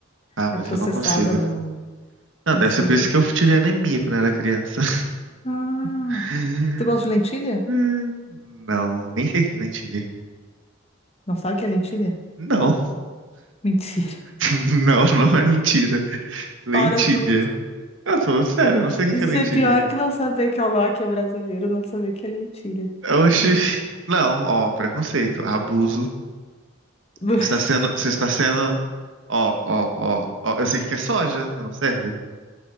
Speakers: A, on the right; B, on the left.
A: Ah,
B: é
A: mas
B: processada
A: eu não consigo.
B: no,
A: Não,
B: no
A: deve
B: fígado.
A: ser por isso que eu tive anemia quando era criança.
B: Ah,
A: <laughs>
B: tu gosta de lentilha?
A: Hum, Não, nem sei o que é lentilha.
B: Não sabe o que é lentilha?
A: Não,
B: Mentira. <laughs>
A: <laughs> não, não é mentira. Lentilha.
B: Para tudo.
A: Eu tô falando sério, eu não sei
B: Isso
A: o que é lentilha.
B: é pior que não saber que é o Loki é brasileiro, não saber que é lentilha.
A: Oxi. Não, ó, preconceito, abuso.
B: <laughs>
A: Você está sendo, você está sendo, ó, ó, ó, ó, eu sei que é soja, não serve.